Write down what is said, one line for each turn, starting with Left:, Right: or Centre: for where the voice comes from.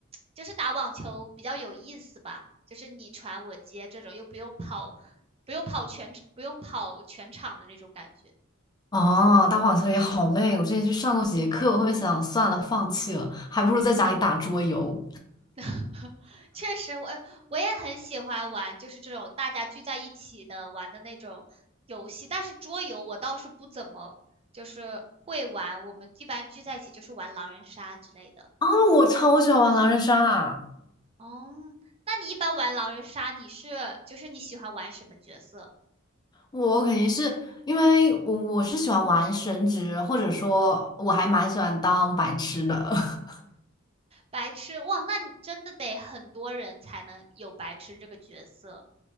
Right: 就是打网球比较有意思吧，就是你传我接这种又不用跑，不用跑全不用跑全场的那种感觉。
Left: 哦，打网球也好累，我之前去上过几节课，我后面想想算了，放弃了，还不如在家里打桌游。
Right: <laughs> 确实，我我也很喜欢玩，就是这种大家聚在一起的玩的那种游戏。但是桌游我倒是不怎么就是会玩，我们一般聚在一起就是玩狼人杀之类的。
Left: 啊，我超喜欢玩狼人杀啊，
Right: 哦，那你一般玩狼人杀，你是就是你喜欢玩什么角色？
Left: 我肯定是因为我我是喜欢玩神职，或者说我还蛮喜欢当白痴的。<laughs>
Right: 白痴，哇，那你真的得很多人才能有白痴这个角色。